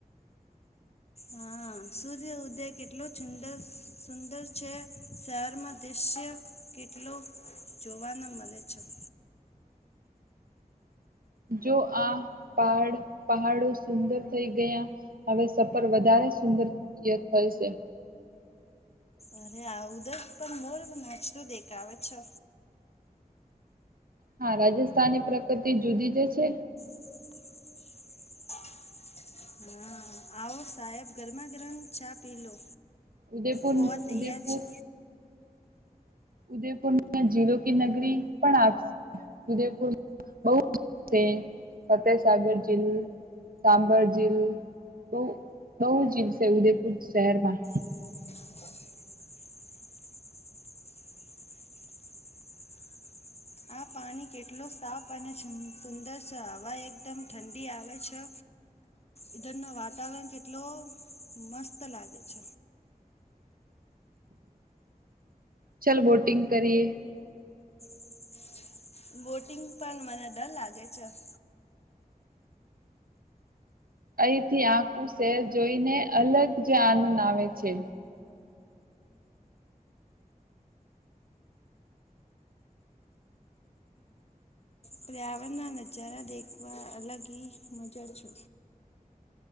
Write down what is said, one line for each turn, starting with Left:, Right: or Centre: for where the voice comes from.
Left: હા સૂર્ય ઉદય કેટલો સુંદર સુંદર છે. શહેરમાં દ્રશ્ય કેટલો જોવાનો મળે છે. <inaudible>
Right: જો આ પહાડ પહાડો સુંદર થઈ ગયા હવે સફર વધારે સુંદર દેખાય છે.
Left: અરે આવું જ પણ મોર નાચતું દેખાવે છે.
Right: હા રાજસ્થાની પ્રકૃતિ જુદી જ છે.
Left: <inaudible> હા આવો સાહેબ ગરમાં ગરમ ચા પી લો.
Right: ઉદેપુર
Left: પૌવા તૈયાર
Right: ઉદેપુર
Left: છે.
Right: ઉદયપુરમાં જીલો કે નગરી પણ આવશે. ઉદયપુર બહુ છે ફતેહસાગર જિલ્લો સાંભર જીલ બહ બહુ જીલ છે ઉદેપુર શહેરમાં.
Left: <inaudible> આ પાણી કેટલું સાફ અને સુંદર છે. હવા એકદમ ઠંડી આવે છે. ઈધરનો વાતાવરણ કેટલ મસ્ત લાગે છે.
Right: ચલ બોટિંગ કરીએ.
Left: <inaudible> બોટિંગ પણ મને ડર લાગે છે. <inaudible>
Right: અહીંથી આખું શહેર જોઈને અલગ જ આનંદ આવે છે.
Left: પર્યાવણના નજારા દેખવા અલગ હી મજા છે.